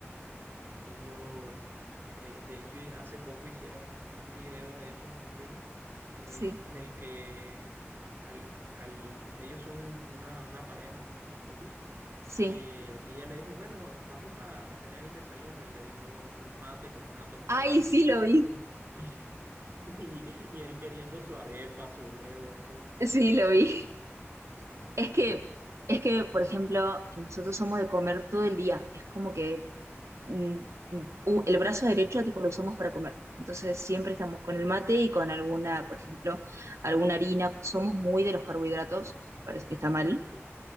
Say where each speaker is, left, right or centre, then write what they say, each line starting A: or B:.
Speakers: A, on the right; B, on the right.
A: Ellos, eh, de hecho, y hace poco hicieron un, un video de esos, un reel, eh,
B: sí,
A: en el que al, al- ellos son una, una pareja, unos esposos,
B: sí.
A: que ella le dijo, bueno, vamos a, a tener el desayuno y le dio un mate con una tostada.
B: Ay, sí lo vi,
A: Y, <laughs> y, y, y él queriendo su arepa, su huevo, su...
B: sí lo vi. Es que, es que, por ejemplo, nosotros somos de comer todo el día, es como que mm, mm, u- el brazo derecho tipo lo usamos para comer, entonces siempre estamos con el mate y con alguna, por ejemplo, alguna harina, somos muy de los carbohidratos, parece que está mal
A: Ok.